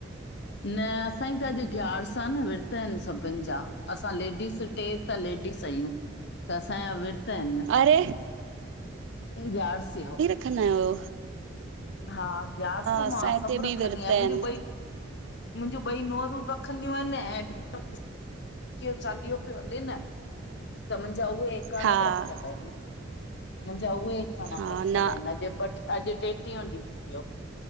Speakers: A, on the left; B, on the right.
A: न असांजी त अॼु ग्यारस आ न विर्त आहिन सभिन जा, असां लेडीस टे त लेडीस आहियूं, त असांजा विर्त आहिनि
B: अरे!
A: ग्यारस यो।
B: रखदा आयो?
A: हा ग्यारस
B: असां
A: मां
B: हिते
A: सब रखंदी
B: बि विरता
A: आयां,
B: आहिनि।
A: मुंहिंजूं ॿई मुंहिंजूं ॿई नुअरूं रखंदियूं आहिन ऐं चालीहो पयो हले न त मुंहिंजा उहे एकाणा
B: हा,
A: बि रखियल आहिन, मुंहिंजा उहे एकाणा
B: हा
A: बि रखियल
B: न
A: आहिन, अॼु अॼु टेटीहो ॾींहं थी वियो,